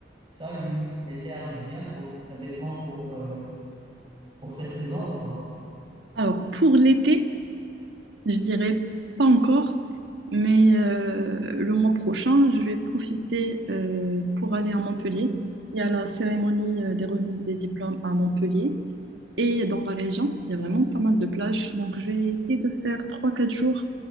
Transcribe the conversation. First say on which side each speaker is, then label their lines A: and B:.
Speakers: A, on the right (about 25°); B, on the right (about 70°).
A: Salut, l'été arrive bientôt. T'as des plans pour, euh, pour cette saison ou pas?
B: Alors, pour l'été, je dirais pas encore, mais euh, le mois prochain, je vais profiter euh, pour aller à Montpellier. Il y a la cérémonie euh, des remises des diplômes à Montpellier. Et dans la région, il y a vraiment pas mal de plages. Donc, je vais essayer de faire trois quatre jours